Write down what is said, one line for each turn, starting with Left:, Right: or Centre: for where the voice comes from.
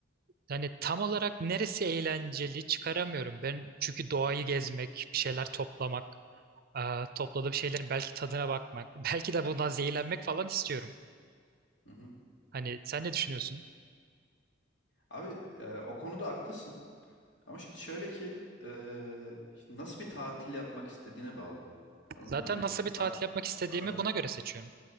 Right: Yani tam olarak neresi eğlenceli çıkaramıyorum. Ben çünkü doğayı gezmek, bir şeyler toplamak. Aa, topladığım şeylerin belki tadına bakmak, belki de bundan zehirlenmek falan istiyorum.
Left: Hı hı.
Right: Hani sen ne düşünüyorsun?
Left: Abi e, o konuda haklısın. Ama şimdi şöyle ki eee, şimdi nasıl bir tatil yapmak istediğine bağlı. Anladın
Right: Zaten
Left: mı? Hani
Right: nasıl bir tatil
Left: ta-
Right: yapmak istediğimi
Left: Aa,
Right: buna göre seçiyorum.